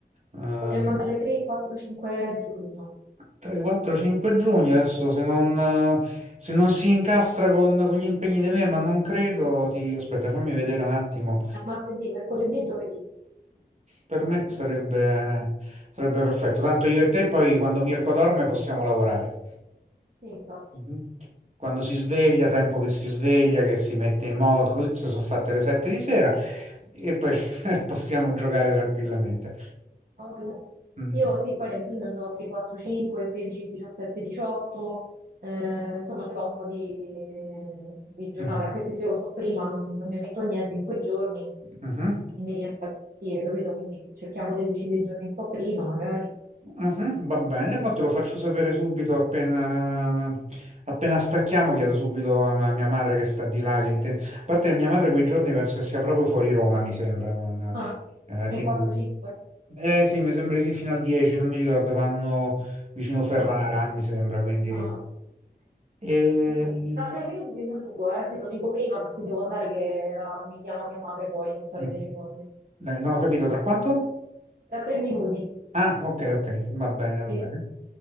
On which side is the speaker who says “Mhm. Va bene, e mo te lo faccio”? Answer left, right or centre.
Right